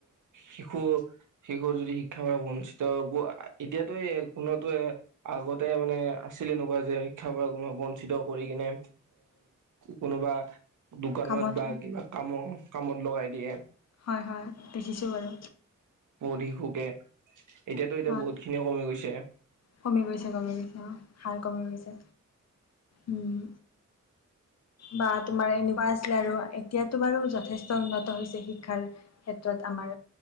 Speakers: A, on the right; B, on the left.
A: শিশু শিশু যদি শিক্ষাৰ পৰা বঞ্চিত এতিয়াতে কোনোত আগতে মানে আছিলে এনেকুৱা যে শিক্ষা ৰ পৰা কোনোবা বঞ্চিত কৰি কিনে কোনোবা দুকানত
B: কামত
A: বা ম কামত লগাই দিয়ে।
B: হয় হয় দেখিছো বাৰু।
A: বহুত শিশুকে এতিয়াতো এতিয়া
B: হয়
A: বহুত খিনিয়ে কমি গৈছে।
B: কমি গৈছে কমি গৈছে অ হাৰ কমি গৈছে উম বা তোমাৰ এনিবাছে আছিলে আৰু এতিয়াতো বাৰু যথেষ্ট উন্নত হৈছে শিক্ষাৰ ক্ষেত্ৰত আমাৰ